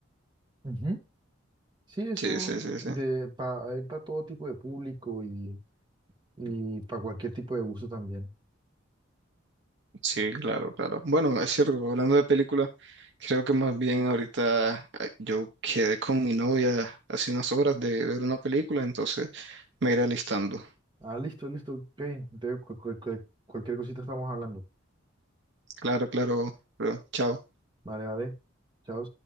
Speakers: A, on the right; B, on the right.
A: Ujú. Sí, eso
B: Sí, sí, sí,
A: de
B: sí.
A: pa, hay para todo tipo de público y, y para cualquier tipo de gusto también.
B: Sí, claro, claro. Bueno, es cierto, hablando de películas, creo que más bien ahorita eh, yo quedé con mi novia hace unas horas de ver una película, entonces me iré alistando.
A: Ah, listo, listo, Kevin. Entonces, cu- cu- cu- cualquier cosita estamos hablando.
B: Claro, claro, bro. Chao.
A: Vale, vale. Chao.